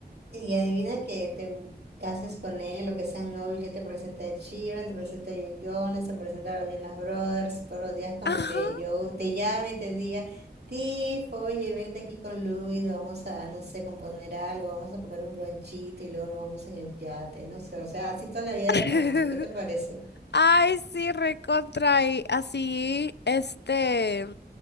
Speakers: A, on the right; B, on the left.
A: Y adivina que te cases con él o que sean novios, él te presenta a Chiron, te presenta a Joe Jonas, te presenta a los Jonas Brothers, todos los días como
B: Ajá.
A: que yo te llame, te diga, Tifo, oye, vente aquí con Luis, vamos a, no sé, componer algo, vamos a comer un bronchito y luego nos vamos en el yate, no sé, o sea, así toda la vida
B: <laughs>
A: de famoso, ¿qué te parece?
B: Ay, sí, recontra. Y así, este.